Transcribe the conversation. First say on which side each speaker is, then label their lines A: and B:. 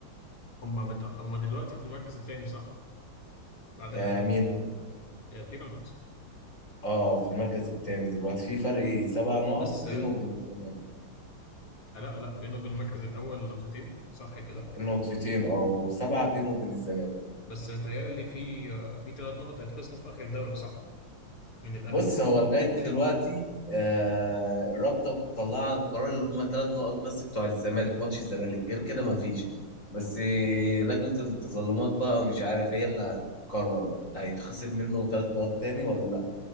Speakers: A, on the left; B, on the left.
A: هم مت... هم دلوقتي في المركز الثاني صح بعد
B: آه
A: الاهلي
B: مين
A: آه، بيراميدز
B: اه في المركز الثاني دلوقتي في فرق سبع نقط
A: بس
B: بينه
A: آه،
B: وبين الزمالك
A: لا لا بينه وبين المركز الاول نقطتين صح كده
B: نقطتين اه وسبعة بينه وبين الزمالك
A: بس متهيألي في آه، في ثلاث نقط هيتخصموا في اخر الدوري صح من الاهلي
B: بص هو لغاية دلوقتي آه الرابطة مطلعة القرار اللي هم ثلاث نقط بس بتوع الزمالك ماتش الزمالك غير كده ما فيش بس آه، لجنة التظلمات بقى مش عارف هي اللي هتقرر هيتخصم منه ثلاث نقط تاني ولا لا